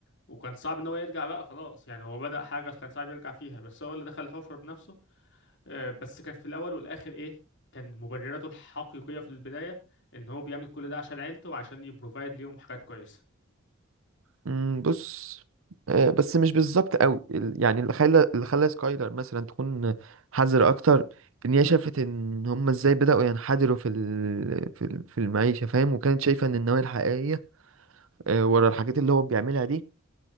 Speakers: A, on the left; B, on the right.
A: وكان صعب ان هو يرجع بقى خلاص يعني هو بدأ حاجه كان صعب يرجع فيها بس هو اللي دخل الحفره بنفسه آه، بس كان في الاول والاخر ايه كان مبرراته الحقيقيه في البدايه ان هو بيعمل كل ده عشان عيلته وعشان يبروفايد ليهم حاجات كويسه
B: مم، بص آه، بس مش بالظبط قوي ال- يعني اللي خلى اللي خلى سكايلر مثلا تكون حذرة اكتر ان هي شافت ان هم ازاي بدأوا ينحدروا في ال... في ال- في المعيشة فاهم وكانت شايفة ان النوايا الحقيقية آه، ورا الحاجات اللي هو بيعملها دي